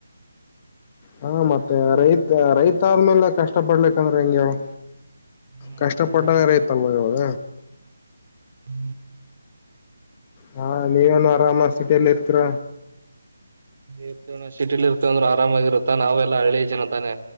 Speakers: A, on the left; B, on the right.
A: ಹಾ ಮತ್ತೆ ರೈತ ರೈತಾದ್ಮೇಲೆ ಕಷ್ಟ ಕಷ್ಟ ಪಡ್ಲಿಂದ್ರೆ ಹೆಂಗಗೆ
B: ಹ್ಮ್
A: ಕಷ್ಟ
B: ಅದನ್ನ
A: ಪಟ್ಟದಾರ
B: ಜನ
A: ಐತಲ್ವ ಇಾವಾಗ
B: ಹ
A: ಹಾ ನೀವೇನು ಆರಾಮ ಸಿಟಿಯಲ್ಲಿ ಇರ್ತೀರ
B: ಇರ್ತೇವಣ್ಣ ಸಿಟಿಲಿ ಇರ್ತ ಅಂದ್ರರು ಆರಾಮಾಗಿರುತ್ತ ನಾವೆಲ್ಲಾ ಹಳ್ಳಿ ಜನ ತಾನೆ